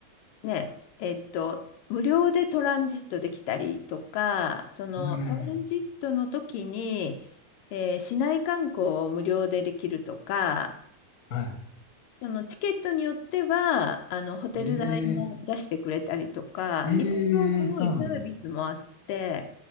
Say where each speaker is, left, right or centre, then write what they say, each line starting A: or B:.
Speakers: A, on the left; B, on the left.
A: ね、えっと、無料でトランジットできたりとか、そのトランジットの時に、
B: うん。
A: えー市内観光を無料でできるとか、
B: はい。
A: そのチケットによっては、あの、ホテル代も出してくれたりとか、
B: ええーええーそうなんですね。
A: いろいろすごいサービスもあって、